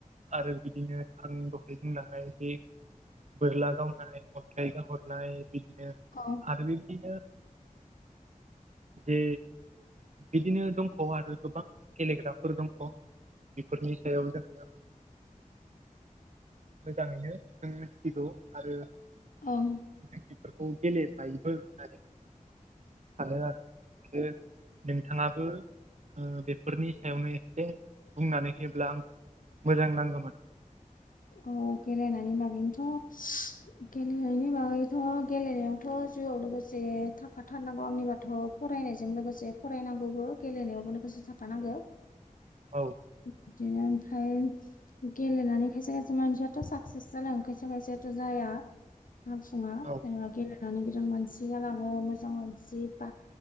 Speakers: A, on the right (about 55°); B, on the left (about 75°).
A: आरो बिदिनो आं दहाय बुंलांनाय बे बोरला गावनाय अन्थाइ गहरनाय बिदिनो
B: औ
A: आरो बि बिदिनो जे बिदिनो दंख' आरो गोबां गेलेग्रा फोर दंख' बेफोरनि सायाव जोङो मोजाङैनो जों मिथिगौ आरो
B: औ
A: जोंनिफोरखौ गेले बाइबल होन सानो आरो आरो नोंथाङाबो बेफोरनि सायावनो एसे बुंनानै होयोब्ला आं मोजां नांगौमोन।
B: औ गेलेनायनि बागैनोथ' गेलेनायनि बागैथ' गेलेनायावथ' जिउआव लोगोसे थाखाथारनांगौ आंनि बाथ' फरायनायजों लोगोसे फरायनांगौबो गेलेनायावबो लोगोसे थाफानांगौ।
A: औ
B: बिदिनो ओमफ्राय गेलेनानै खायसे खायसे मानसियाथ' साक्सेस जलाङ खायसे खायसेथ' जाया। जाफुङा
A: औ
B: जेनेबा गेलेनानै गिदिर मानसि जालाङो मोजां मानसि बा